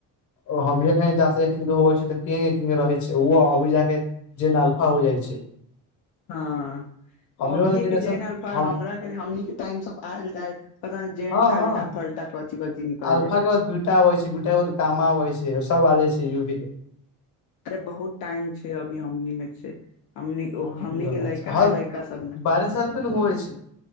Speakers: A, on the left; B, on the left.
A: ओ हम एन होइ छै तऽ के रहै छै ओ अभी जाक जेन अलफा हो जाइ छै
B: हँ
A: हमी
B: अभियए
A: वाला जेनरेशन
B: के जे ने अलफा
A: हम
B: हमरा हमन के टाइम सब आयल जाय पता ने जेनटलटा
A: हँ हँ
B: फल टा कथी कथी निकल
A: अल्फा
B: जाइ
A: के बाद बीटा अबै छै बीटा के बाद गामा अबै छै सब आ जाे छै यगी
B: अरे बहुत टाइम छै अभी हमनी मे छै हमनी
A: हँ
B: ओ हमनी
A: इहो
B: के
A: बात
B: लैका
A: छै हर
B: के लइका सबमे
A: बारह साल पे ने होइ छै